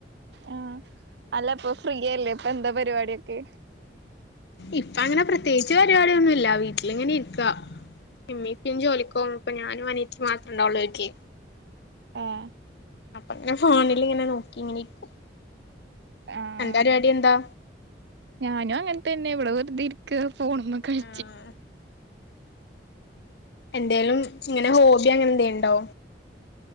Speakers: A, on the right; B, on the left.
A: ആഹ് അല്ലപ്പൊ ഫ്രീയല്ലേ ഇപ്പൊ എന്താ പരിപാടിയൊക്കെ
B: ഇപ്പ അങ്ങനെ പ്രത്യേകിച്ച് പരിപാടിയൊന്നുംല്ല വീട്ടിലിങ്ങനെ ഇരിക്കാ ഇമ്മ ഇപ്പും ജോലിക്കോവും ഇപ്പൊ ഞാനും അനിയത്തിയും മാത്രം ഉണ്ടാവുള്ളൂ വീട്ടില്
A: ഏഹ്
B: അപ്പ അങ്ങനെ ഫോണിൽ ഇങ്ങനെ നോക്കി ഇങ്ങനെ ഇക്കൂ
A: ആഹ്
B: അന്റെ പരിപാടി എന്താ
A: ഞാനും അങ്ങനെ തന്നെ ഇവിടെ വെറുത ഇരിക്ക ഫോണമ കളി
B: ആഹ് എന്തേലും ഇങ്ങനെ ഹോബി അങ്ങനന്തേലുണ്ടോ